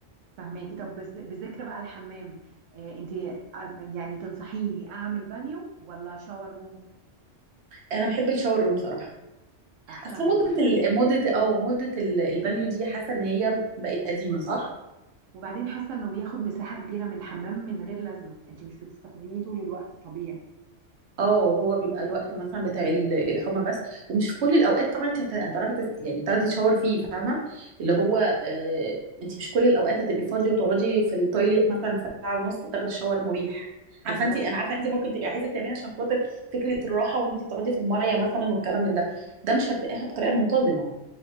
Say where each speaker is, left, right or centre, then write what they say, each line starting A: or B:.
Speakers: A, on the right; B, on the right.
A: فهماكي طب بس- بذكر بقى الحمام آه انت آه، يعني تنصحيني اعمل بانيو ولا شاور روم
B: انا بحب الشاور روم صراحه
A: احسن
B: اصل
A: من
B: موضة
A: البانيو
B: ال... موضة اه موضة ال- البانيو دي حاسة ان هي بقت قديمة صح؟
A: وبعدين حاسه انه بياخد مساحه كبيره من الحمام من غير لازمه انت مش بتستخدميه طول الوقت طبيعي
B: اه هو بيبقى الوقت مثلا بتاع ال- الحمى بس ومش في كل الاوقات طبعا انت هت- هتعرفي تس... يعني تاخدي شاور فيه فاهمة؟ اللي هو آه... انت مش كل الاوقات هتبقي فاضية وتقعدي في التويليت مثلا ساعة ونص تاخدي شاور مريح
A: بالظبط
B: عارفة انت انا عارفة انت ممكن تبقي عايزة تعملي عشان خاطر فكرة الراحة وان انت تقعدي في المية مثلا والكلام من ده ده مش هتلاقيها بطريقة منتظمة